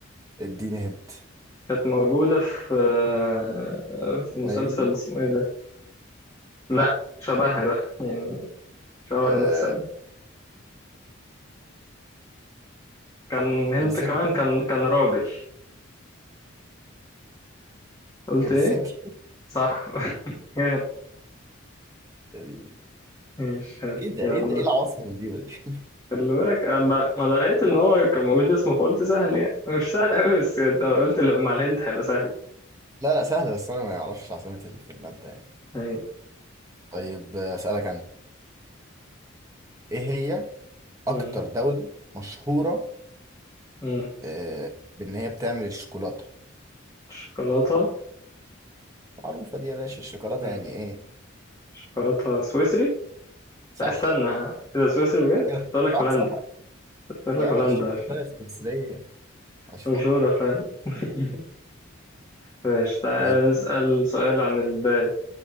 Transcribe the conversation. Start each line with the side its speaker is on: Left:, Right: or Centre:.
Right: اديني هنت
Left: كانت موجودة في آه، في مسلسل
Right: نيروبي
Left: اسمه إيه ده لأ شبهها بقى يعني شبه
Right: أه...
Left: نفس ال- كان هنت
Right: هلسنكي
Left: كمان كان كان راجل قلت
Right: هلسنكي
Left: إيه صح <laughs>
Right: ايه
Left: ماشي حلو
Right: ده
Left: يلا
Right: ايه ده ايه العواصم دي دي
Left: خلي بالك اما ما انا لقيت ان هو كان موجود اسمه فقلت سهل يعني مش سهل قوي بس ده قلت لا، مع الهند هيبقى سهل
Right: لا لا سهلة بس انا ما اعرفش عاصمة فنلندا يعني
Left: يعني
Right: طيب اسألك انا ايه هي اكتر
Left: مم.
Right: دولة مشهورة
Left: مم.
Right: آه، بان هي بتعمل الشوكولاتة
Left: شوكولاته
Right: معروفة دي يا باشا الشوكولاتة
Left: مم.
Right: يعني ايه
Left: شوكولاته سويسري
Right: صح
Left: لا استنى اذا سويسري بجد
Right: <laughs> أيوة،
Left: كنت اقول لك
Right: صح
Left: هولندا
Right: صح
Left: كنت اقول
Right: لا
Left: لك هولندا
Right: لا الشوكولاتة
Left: عشان
Right: السويسرية مشهورة
Left: مشهوره فعلا <laughs> ماشي تعالى
Right: وهي
Left: نسأل سؤال عن البلاد